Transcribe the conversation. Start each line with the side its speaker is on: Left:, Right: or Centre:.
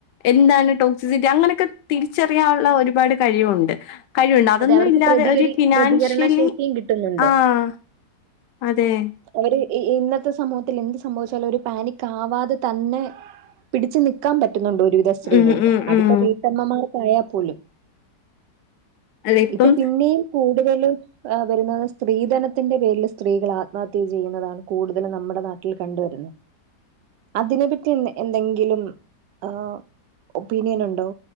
Left: എന്താണ് ടോക്സിസിറ്റി അങ്ങനൊക്കെ തിരിച്ചറിയാനുള്ള ഒരുപാട് കഴിവുണ്ട് കഴിവുണ്ട് അതൊന്നും
Right: അതെ അവർക്ക്
Left: ഇല്ലാതെ
Right: പ്രതികരി
Left: ഒരു ഫിനാൻഷ്യലി
Right: പ്രതികരണ ശേഷിയും കിട്ടുന്നുണ്ട്
Left: ആഹ് അതെ
Right: അവര് ഈ ഇന്നത്തെ സമൂഹത്തിൽ എന്ത് സംഭവിച്ചാലും അവര് പാനിക് ആവാതെ തന്നെ പിടിച്ച് നിക്കാൻ പറ്റുന്നൊണ്ട് ഒരുവിധം സ്ത്രീകൾക്ക്
Left: ഉം ഉം
Right: അതിപ്പോ
Left: ഉം
Right: ബി റ്റമ്മമാരെക്കായാൽ പോലും
Left: അല്ല ഇപ്പം
Right: ഇപ്പൊ പിന്നെയും കൂടുതലും അ വരുന്നത് സ്ത്രീധനത്തിന്റെ പേരില് സ്ത്രീകളാ മത്യു ചെയ്യുന്നതാണ് കൂടുതലും നമ്മുടെ നാട്ടിൽ കണ്ടുവരുന്നെ അതിനെപ്പറ്റി എന്ന് എന്തെങ്കിലും ആം ഒപ്പീനിയൻ ഒണ്ടോ